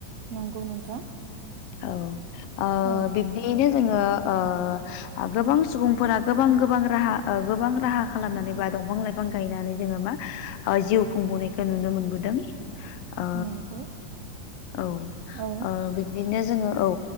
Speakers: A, on the right (about 70°); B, on the left (about 75°).
A: नंगौ नोंथां
B: औ ओ
A: औ
B: बिबदियैनो जोङो ओ आब गोबां सुबुंफोरा गोबां गोबां राहा गोबां राहा खालामनानै बा दंफां लाइफां गायनानै जोङो मा जिउ खुंबोनायखौ नुनो मोनबोदों ओ
A: नंगौ
B: औ
A: औ
B: ओ बिब्दिनो जोङो औ